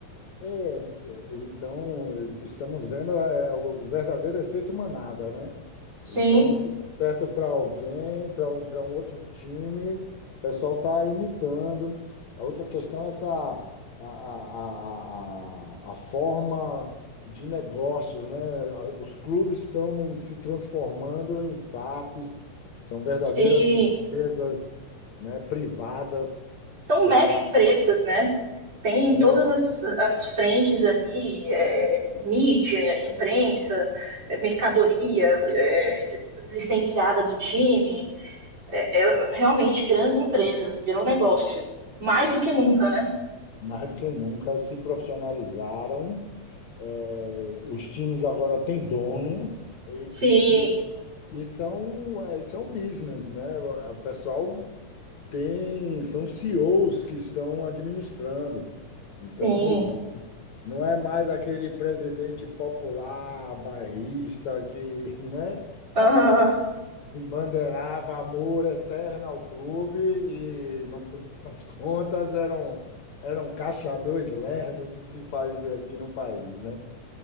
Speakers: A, on the left; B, on the right.
A: É, é, então, estamos vendo é, o verdadeiro efeito manada, né?
B: Sim,
A: Então, o que dá certo para alguém, para um, para um outro time, o pessoal está imitando. A outra questão é essa a, a, a, a, a forma de negócio, né? A- Os clubes estão se transformando em SAFs, são verdadeiras
B: sim.
A: empresas, né, privadas,
B: são
A: sem,
B: mega empresas, né? Tem
A: né,
B: todas as, as frentes ali, é, mídia, imprensa, é, mercadoria, é, licenciada do time, é é, realmente grandes empresas, virou negócio. Mais do que nunca, né?
A: mais do que nunca se profissionalizaram. Eh, os times agora têm dono. E,
B: Sim,
A: E são, eh, são business, né? O o pessoal tem, são CEOs que estão administrando. Então,
B: sim.
A: mudou. Não é mais aquele presidente popular, bairrista, que, <laughs> né,
B: Aham.
A: embandeirava amor eterno ao clube e, no final das contas, era um, era um caixa dois lerdo que se faz aqui no país, né?